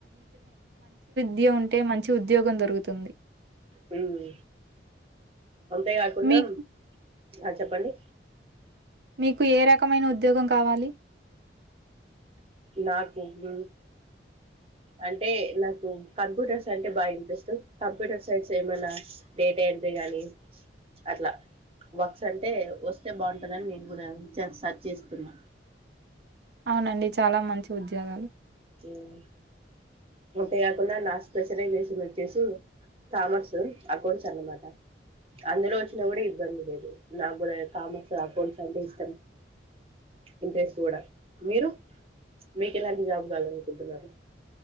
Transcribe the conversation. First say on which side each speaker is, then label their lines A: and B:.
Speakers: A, on the right; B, on the right.
A: దియా ఉంటే మంచి ఉద్యోగం దొరుగుతుంది.
B: హుహ్ అంతే కాకుండాం
A: మీకు
B: ఆ చెప్పండి.
A: మీకు ఏ రకమైన ఉద్యోగం కావాలి.
B: నా కుహులుమ్ అంటే నాకు కంప్యూటర్స్ అంటే బా ఇంట్రెస్టు. కంప్యూటర్ సైన్స్ ఏమైనా డేటా ఏంట్రీ. గానీ అట్లా వోక్స్ అంటే వస్తే బావుంటదని. నేను కూడా ఇచ్చాన్ సర్చ్ చేస్తున్నా.
A: అవునండి, చాలా మంచి ఉద్యోగాలు.
B: ఉహ్ నుటే కాకుండా నా స్పెషలైజేషన్ వచ్చేసి. కామర్సు అకౌంట్స్ అనమాట అందులో వచ్చినా కూడా ఇబ్బంది లేదు. నా గుడా కామర్స్ అకౌంట్స్ అంటే ఇష్టం. ఇంట్రెస్ట్ గుడా, మీరు మీకు ఎలాంటి జాబ్. గలనుకుంటున్నారు.